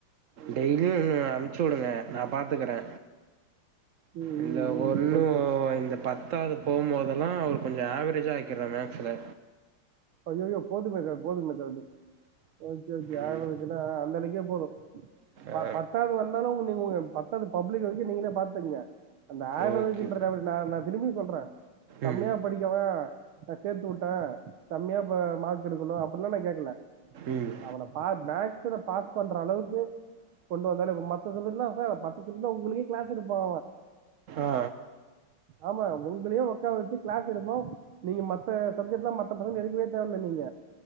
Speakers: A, on the right; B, on the right.
A: ம்
B: டெய்லியும் அனுச்சு வுடுங்க நா பாத்துக்கறே
A: ம் ம்
B: இந்த
A: ம் ம்
B: ஒன்னு
A: ஓகே சார்
B: இந்த பத்தாவது போகும்போதெல்லா அவரு கொஞ்சம் ஆவரேஜா நிக்கற மேக்ஸுல
A: ஐய்யய்யோ போதுமேக்க போதுமேக்காது ஓகே ஓகே
B: ம்
A: ஆரம்பிச்சன்னா அந்த அன்னக்கே போதும் ப
B: ஆ
A: பத்தாவது வந்தாலு நீ பத்தாவது பப்ளிக் வெரிக்கு நீங்களே பாத்துக்கங்க அந்த ஆவரேஜ்ஜின்றத
B: ஓகே
A: நா நா திரும்பி சொல்ற கம்மியா
B: ம்
A: படிக்கவோ நா சேர்த்து வுட்ட கம்மியா ப்ப மார்க் எடுக்கணு அப்பில்லா நா கேக்கல
B: ம்
A: அவன பார் மேக்ஸ்ல பாஸ் பண்ற அளவுக்கு கொண்டு வந்தாலே மத்த சப்ஜட்லா சார் பத்து சப்ஜட்ல உங்களுக்கே கிளாஸ் எடுப்பா
B: ஆ
A: ஆமா உங்களையும் உக்கார வச்சு கிளாஸ் எடுப்பா நீங்க மத்த சப்ஜெக்ட்லா மத் தல்லா எடுக்கவே தேவல்ல நீங்க